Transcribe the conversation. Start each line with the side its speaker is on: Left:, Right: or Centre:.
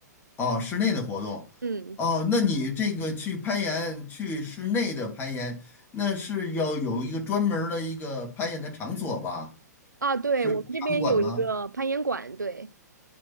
Left: 哦，室内的活动哦，
Right: 嗯，
Left: 那你这个去攀岩，去室内的攀岩，那是要有一个专门儿的一个攀岩的场所吧？
Right: 啊，对，
Left: 是场馆吗？
Right: 我们这边有一个攀岩馆，对。